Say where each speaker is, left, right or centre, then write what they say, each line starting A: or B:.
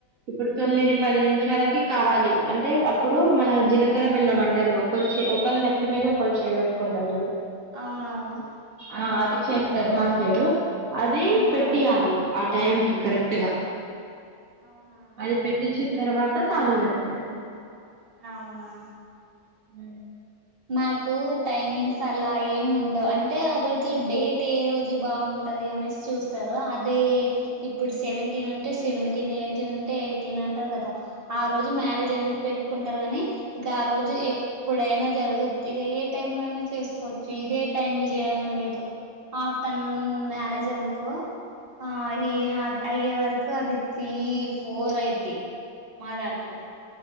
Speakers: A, on the right; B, on the right.
A: ఇప్పుడు తొమ్మిది పది నిమిషాలకి కావాలి అంటే అప్పుడు మన జీలకర్ర బెల్లం అంటారు గక్క ఒకల్ నెత్తి మీద ఒకళ్ చేయ్ పెట్టుకుంటారు
B: అవునవును
A: ఆ అది చేస్తారు మా సైడు అది
B: ఆహా
A: పెట్టియాలి ఆ టైంకిి కరెక్ట్గా
B: అవునా
A: అది పెట్టించిన తర్వాత తాలి గడతారు
B: అవునా
A: అ
B: నాకు టైమింగ్స్ అ అలా ఏం ఉండవ్ అంటే ఆ రోజు డేట్ ఏ రోజు బాగుంటది అనేసి చూస్తారు అదే ఏ ఇప్పుడు సెవెంటీన్ ఉంటే
A: డీలు
B: సెవెంటీన్ యాయ్టీన్ టే ఎయిటీన్ అంటారు కదా ఆ రోజు మ్యారేజ్ అని పెట్టుకుంటారు గానీ ఇక ఆ రోజు ఎప్పుడైనా జరుగుద్దిగా ఇగ ఏ టైమ్ లో అయినా చేసుకోవచ్చు ఇదే టైమ్ కి చేయాలని లేదు ఆఫ్టర్నూన్ మ్యారేజన్ కొ ఆ ఈ అయ్యే వరకు అది త్రీ ఫోర్ అయిద్ది మా దాంట్లో